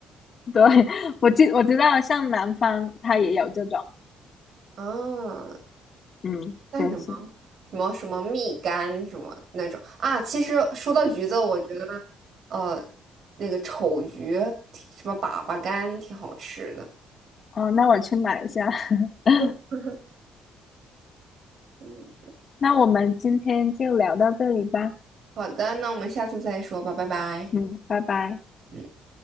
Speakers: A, on the left; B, on the right.
A: 对，<laughs> 我记我知道，像南方它也有这种，
B: 啊，
A: 嗯，
B: 那什么
A: 真是。
B: 什么什么蜜柑什么那种啊，其实说到橘子，我觉得呃那个丑橘挺什么粑粑柑挺好吃的。
A: 哦，那我去买一下。<laughs>
B: <laughs> 嗯，
A: 那我们今天就聊到这里吧，
B: 好的，那我们下次再说吧，拜拜。
A: 嗯，拜拜。
B: 也